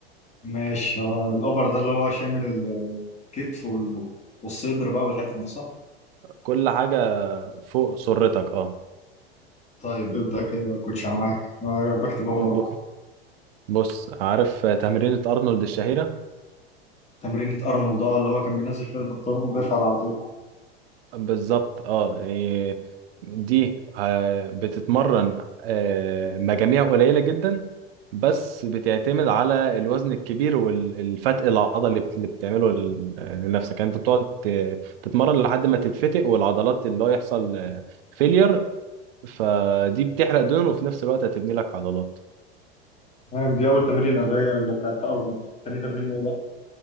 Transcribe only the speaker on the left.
ماشي ده الاوبر ده اللي هو شامل ال- الكتف وال- والصدر بقى والحتت دي صح
طيب ابدا كده يا كوتش انا معاك انا بكتب اهو
وراك
تمرينة ارنولد اه اللي هو كان بينزل فيها البنطلون وبيرفع العرضية
تمام دي اول تمرينة اللي هي اللي بتاعت ارنولد تاني تمرينة ايه بقى